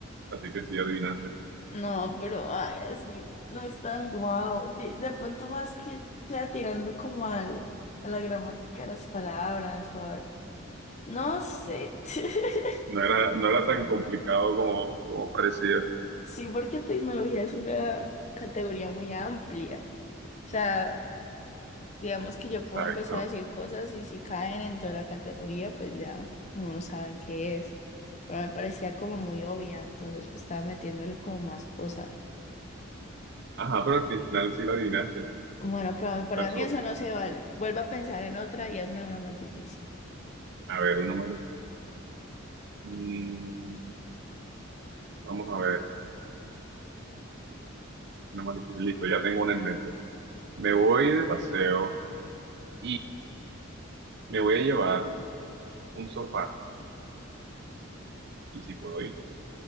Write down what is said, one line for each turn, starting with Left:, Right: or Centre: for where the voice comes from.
Right: Así que sí, adivinaste.
Left: No, pero ay, así no es tan guau. De, de pronto más que sea tirando como al, a la gramática de las palabras o al- No sé. <laughs>
Right: No era, no era tan complicado como, como parecía.
Left: Sí, porque tecnología es una categoría muy amplia. O sea, Digamos que yo
Right: Exacto.
Left: puedo empezar a decir cosas y si caen dentro de la categoría, pues ya uno sabe qué es. Pero me parecía como muy obvia, entonces pues estaba metiéndole como más cosa.
Right: Ajá, pero al final sí la adivinaste.
Left: Bueno, pero para
Right: Tacho,
Left: mí eso no se vale. Vuelvo a pensar en otra y hazme una más difícil.
Right: A ver, uno más. Mm, vamos a ver, uno más difícil. Listo, ya tengo una en mente. Me voy de paseo y me voy a llevar un sofá. Y si puedo ir,